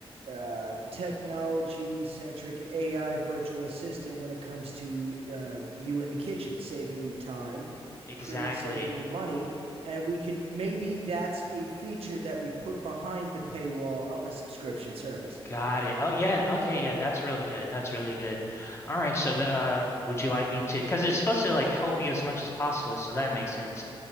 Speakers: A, on the right; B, on the left.
A: a uh, technology centric AI virtual assistant when it comes to uh, you in the kitchen, saving you time,
B: Exactly.
A: create saving you money, and we could maybe that's a feature that we put behind the paywall of a subscription service.
B: Got it. Oh yeah. Okay. Yeah. That's really good. That's really good. All right. So the uh, would you like me to? Because it's supposed to like help you as much as possible. So that makes sense.